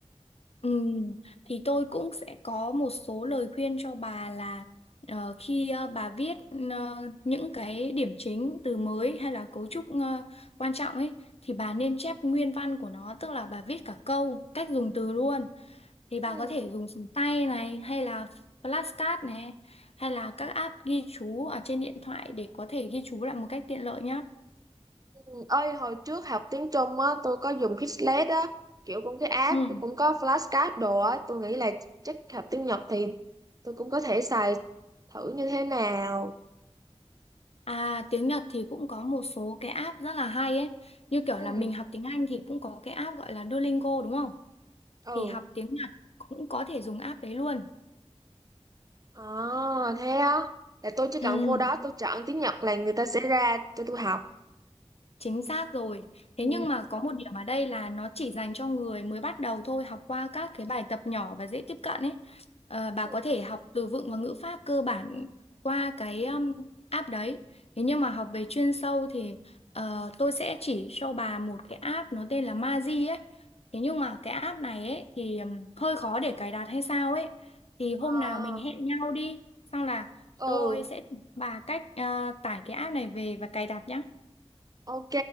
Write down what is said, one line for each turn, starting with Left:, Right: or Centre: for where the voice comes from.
Left: Ừm, thì tôi cũng sẽ có một số lời khuyên cho bà là ờ, khi ờ, bà viết ờ, những cái điểm chính, từ mới hay là cấu trúc ờ, quan trọng ấy thì bà nên chép nguyên văn của nó. Tức là bà viết cả câu, cách dùng từ luôn thì bà
Right: Ừ.
Left: có thể dùng súng tay này hay là flashcard này hay là các app ghi chú ở trên điện thoại để có thể ghi chú lại một cách tiện lợi nhé.
Right: ừ. Ơi hồi trước học tiếng Trung á, tôi có dùng Quizlet á, kiểu cũng cái app,
Left: Ừ.
Right: tôi cũng có flashcard đồ á, tôi nghĩ là chắc học tiếng Nhật thì tôi cũng có thể xài thử như thế nào
Left: À tiếng Nhật thì cũng có một số cái app rất là hay ấy. Như kiểu
Right: Ừ.
Left: là mình học tiếng Anh thì cũng có cái app gọi là Duolingo đúng không?
Right: Ừ.
Left: Thì học tiếng Nhật cũng có thể dùng app đấy luôn.
Right: À, thế á. Là tôi chỉ cần
Left: Ừ.
Right: vô đó tôi chọn tiếng Nhật là người ta sẽ ra cho tôi học.
Left: Chính xác rồi. Thế
Right: Ừ.
Left: nhưng mà có một điểm ở đây là nó chỉ dành cho người mới bắt đầu thôi, học qua các cái bài tập nhỏ và dễ tiếp cận ấy. Ờ, bà
Right: Ừ.
Left: có thể học từ vựng và ngữ pháp cơ bản qua cái um, app đấy. Thế nhưng mà học về chuyên sâu thì ờ, tôi sẽ chỉ cho bà một cái app nó tên là Mazi ấy. Thế nhưng mà cái app này ấy thì um, hơi khó để cài đặt hay sao ấy. Thì hôm
Right: À,
Left: nào mình hẹn nhau đi, xong là
Right: ừ.
Left: tôi sẽ chỉ cho bà cách ờ, tải cái app này về và cài đặt nhá.
Right: Ok,